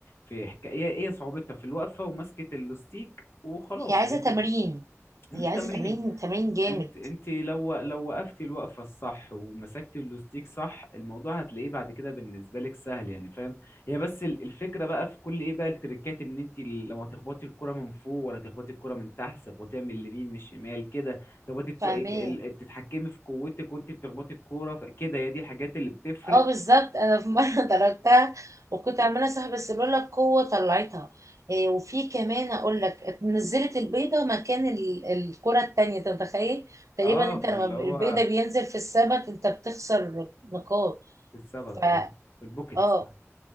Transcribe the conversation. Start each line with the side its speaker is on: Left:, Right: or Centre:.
Left: في حكايه هي هي صعوبتها في الوقفه ومسكه اللوستيك وخلاص
Right: هي عايزة
Left: يعني انت
Right: تمرين
Left: مش
Right: هي عايزة
Left: تمرين
Right: تمرين تمرين جامد
Left: انت انت لو لو وقفتي الوقفه الصح ومسكتي اللوستيك صح الموضوع هتلاقيه بعد كده بالنسبه لك سهل يعني فاهم هي بس ال- الفكره بقى في كل ايه بقى التريكات ان انت لما تخبطي الكره من فوق ولا تخبطي الكره من تحت تخبطيها من اليمين من الشمال كده تخبطي الكو...
Right: فاهماه
Left: ال- ال- تتحكمي في قوتك وانت بتخبطي الكوره ف- كده هي دي الحاجات اللي بتفرق
Right: اه بالظبط انا في مرة <laughs> ضربتها وكنت عمالة صاحب بس لولا القوة طلعتها إيه وفي كمان اقول لك نزلت البيضة مكان ال- الكرة التانية انت متخيل تقريبا
Left: اه
Right: انت
Left: فاللي
Right: لما
Left: هو
Right: البيضة بينزل في السبت انت بتخسر نقاط
Left: في السبت
Right: فا
Left: اه في البوكيتس
Right: اه